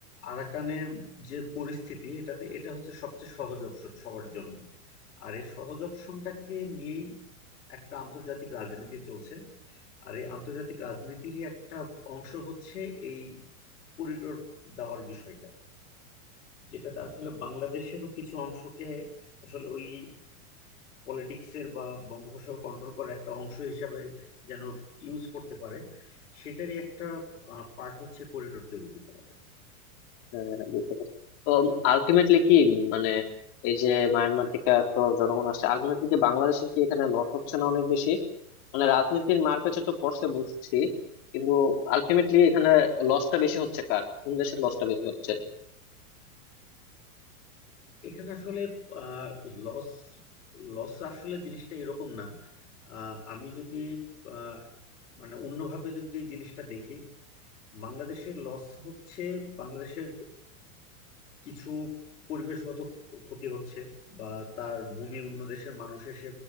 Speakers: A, on the left (about 90°); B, on the left (about 40°).
A: আরাকানের যে পরিস্থিতি এটাতে এটা হচ্ছে সবচেয়ে সহজ অপশন সবার জন্য আর এই সহজ অপশনটাকে নিয়েই একটা আন্তর্জাতিক রাজনীতি চলছে আর এই আন্তর্জাতিক রাজনীতিরই একটা অংশ হচ্ছে এই করিডোর দেওয়ার বিষয়টা যেটাতে আসলে বাংলাদেশেরও কিছু অংশকে আসলে ওই পলিটিক্সের বা বঙ্গোপসাগর কন্ট্রোল করার একটা অংশ হিসাবে যেন ইউজ করতে পারে সেটারই একটা পার্ট হচ্ছে করিডোর তৈরি করাটা
B: হ্যাঁ হ্যাঁ বুঝতে পারছি তো আলটিমেটলি কি উম, মানে এই যে মায়ানমার থেকে তো জনগণ আসছে আলটিমেটলি কি বাংলাদেশের কি এখানে লস হচ্ছে না অনেক বেশি মানে রাজনীতির মারপ্যাচে তো পড়ছে বুঝছি কিন্তু আলটিমেটলি এখানে লসটা বেশি হচ্ছে কার কোন দেশের লসটা বেশি হচ্ছে
A: এখানে আসলে লস লস আসলে জিনিসটা এরকম না আহ, আমি যদি আহ, মানে অন্যভাবে যদি জিনিসটা দেখি বাংলাদেশের লস হচ্ছে বাংলাদেশের কিছু পরিবেশগত ক্ষতি হচ্ছে বা তার ভূমি অন্য দেশের মানুষের সে